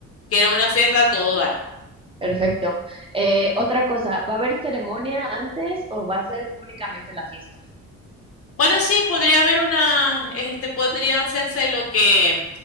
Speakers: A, on the left; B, on the right.
A: quiero una fiesta a todo dar.
B: Perfecto. Eh, otra cosa, ¿va a haber ceremonia antes o va a ser únicamente la fiesta?
A: Bueno, sí, podría haber una, este, podría hacerse lo que,